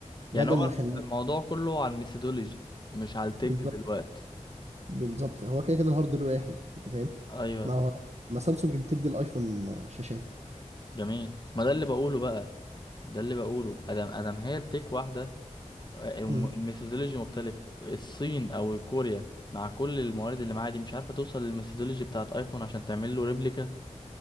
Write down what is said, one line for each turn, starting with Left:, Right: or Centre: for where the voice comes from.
Left: يعني
Right: بدل
Left: هو
Right: ما اخليه
Left: الموضوع كله على الميثودولوجي مش على التك
Right: بالظبط
Left: دلوقتي
Right: بالظبط هو كده كده الهاردوير واحد انت فاهم
Left: ايوه
Right: ما هو ما سامسونج بتدي الايفون آه، شاشات
Left: جميل ما ده اللي بقوله بقى ده اللي بقوله ادم ادم هي التك واحده آه، الم-
Right: مم.
Left: الميثودولوجي مختلف الصين او كوريا مع كل الموارد اللي معاها دي مش عارفه توصل للميثودولوجي بتاعت ايفون عشان تعمل له ريبليكا